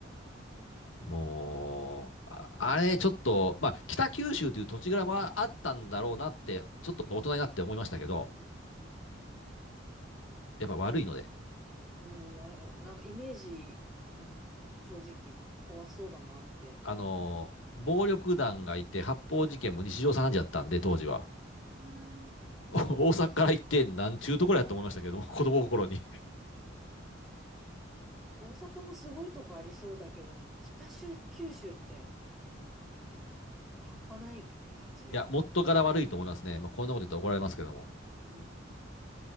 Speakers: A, on the left (about 85°); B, in the centre.
A: もう、ああれ、ちょっと、まあ、北九州という土地柄はあったんだろうなって、ちょっと大人になって思いましたけど、やっぱ悪いので、
B: うん、あなんかイメージ、うん、ちょっと正直怖そうだなって。
A: あのー暴力団がいて、発砲事件も日常茶飯事だったんで、当時は。
B: うん
A: <laughs> 大阪から行って、なんちゅうところやと思いましたけども、子供心に。<laughs> い
B: 大阪もすごいとこありそうだけど、でも北州、九州ってちょっと半端ない感じ。
A: や、もっと柄悪いと思いますね。まあ、こんなこと言ったら怒られますけども。
B: うん